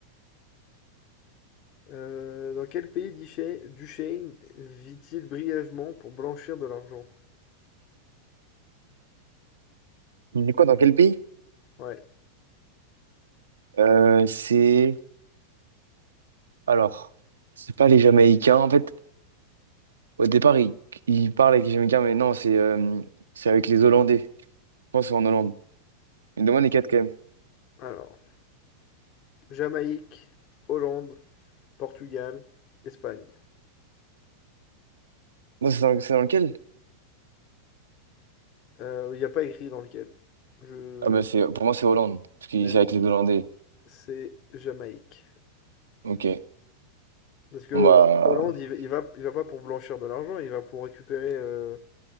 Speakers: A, on the left; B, on the right.
A: Euh, dans quel pays Duchesne, Duchesne vit-il brièvement pour blanchir de l'argent?
B: Il est quoi, dans quel pays?
A: Ouais.
B: Euh, c'est... Alors, c'est pas les Jamaïcains. En fait, au départ, ils il parlent avec les Jamaïcains, mais non, c'est euh, c'est avec les Hollandais. Je pense que c'est en Hollande. Mais demande les quatre quand même.
A: Alors, Jamaïque, Hollande, Portugal, Espagne.
B: Non, c'est dans, c'est dans lequel?
A: Euh, Il n'y a pas écrit dans lequel. Je...
B: Ah bah, c'est, pour moi, c'est Hollande. Parce que
A: Ouais,
B: c'est
A: non.
B: avec les Hollandais.
A: C'est Jamaïque.
B: Ok.
A: Parce que
B: Bon bah...
A: Hollande, il, il va, il va pas pour blanchir de l'argent, il va pour récupérer euh,